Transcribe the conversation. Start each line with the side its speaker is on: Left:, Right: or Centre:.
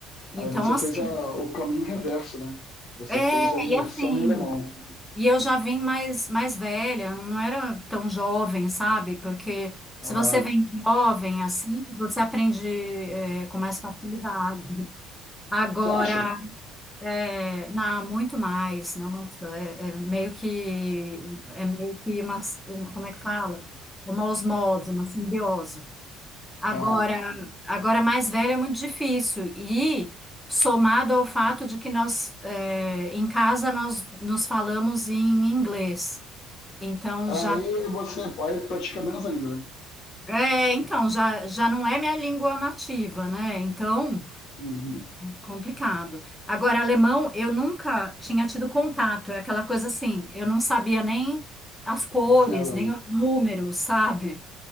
Centre: Então,
Left: Aí você
Centre: assim,
Left: fez a- o caminho reverso, né? Você
Centre: é,
Left: fez a imersão
Centre: e assim.
Left: em alemão.
Centre: E eu já vim mais, mais velha, não era tão jovem, sabe? Porque se
Left: Aham.
Centre: você vem jovem assim, você aprende é, com mais facilidade. Agora,
Left: Você acha?
Centre: é, na- muito mais, nossa, é, é meio que, é meio que uma, uma- como é que fala? Uma osmose, uma simbiose. Agora,
Left: Aham.
Centre: agora mais velha é muito difícil e somado ao fato de que nós, é, em casa, nós nos falamos em inglês. Então
Left: Aí
Centre: já
Left: você aí pratica menos ainda, né?
Centre: é, então já, já não é minha língua nativa, né? Então,
Left: Uhum.
Centre: complicado. Agora, alemão, eu nunca tinha tido contato, é aquela coisa assim, eu não sabia nem as cores,
Left: Zero.
Centre: nem os números, sabe?